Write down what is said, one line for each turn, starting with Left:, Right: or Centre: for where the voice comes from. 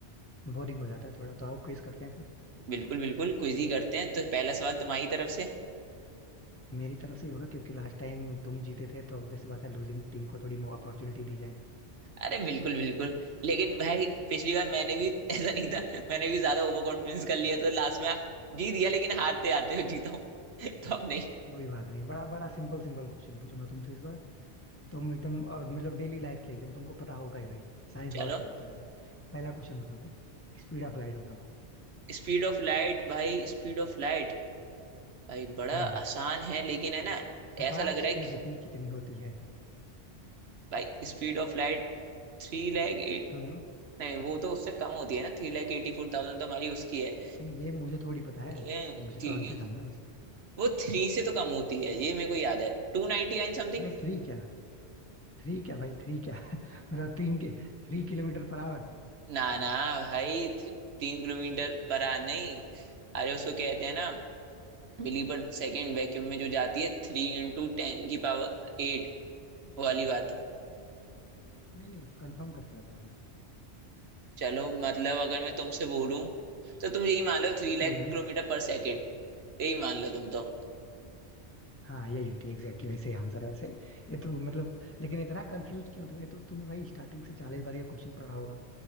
Left: बोरिंग हो जाता है थोड़ा तो आओ क्विज करते हैं फिर
Right: बिल्कुल बिल्कुल क्विज ही करते हैं तो पहला सवाल तुम्हारी तरफ से
Left: मेरी तरफ से ही होगा क्योंकि लास्ट टाइम तुम जीते थे तो वैसे बात है लूजिंग टीम को थोड़ी अपॉर्चुनिटी दी जाए
Right: अरे बिल्कुल बिल्कुल लेकिन भाई पिछली बार मैंने भी <laughs> ऐसा नहीं था मैंने भी ज्यादा ओवर कॉन्फिडेंस कर लिया तो लास्ट में जीत गया लेकिन हारते हारते हुए जीता हूँ <laughs> तो अब नहीं
Left: वही बात नहीं बड़ा बड़ा सिंपल सिंपल क्वेश्चन पूछूंगा तुमसे इस बार तुम एकदम और मतलब डेली लाइफ के एकदम तुमको पता होगा ही भाई साइंस
Right: चलो
Left: बहुत पढ़ा है तुमने पहला क्वेश्चन बताओ भाई स्पीड ऑफ लाइट बताओ
Right: स्पीड ऑफ लाइट भाई स्पीड ऑफ लाइट भाई बड़ा
Left: हम्म
Right: आसान है लेकिन है ना
Left: प्रकाश
Right: ऐसा लग रहा है
Left: की
Right: कि
Left: गति कितनी होती है
Right: भाई speed of light three lakh eight
Left: हम्म
Right: नहीं वो तो उससे कम होती है ना Three lakh eighty four thousand तो हमारी उसकी है
Left: भाई ये मुझे थोड़ी पता है
Right: ए,
Left: मुझे
Right: कि-
Left: तो आंसर जानना है बस
Right: वो थ्री से तो कम होती है ये मेरे को याद है Two ninety nine something
Left: भाई थ्री क्या थ्री क्या भाई थ्री क्या <laughs> मतलब तीन के थ्री किलोमीटर पर आवर
Right: ना ना भाई थ्री- तीन किलोमीटर पर आ नहीं अरे उसको कहते हैं ना मिली पर सेकेंड वैक्यूम में जो जाती है थ्री इंटू टेन की पावर एट वाली बात
Left: नहीं नहीं कंफर्म करके बताओ भाई
Right: चलो मतलब अगर मैं तुमसे बोलूं तो तुम यही मान लो थ्री
Left: हम्म
Right: लाख किलोमीटर पर सेकेंड यही मान लो तुम तो
Left: हाँ यही होती है एग्जैक्टली वैसे आंसर है वैसे ये तो मतलब लेकिन इतना कंफ्यूज क्यों हो रहे हो? ये तो तुमने भाई स्टार्टिंग से चालीस बार ये क्वेश्चन पढ़ा होगा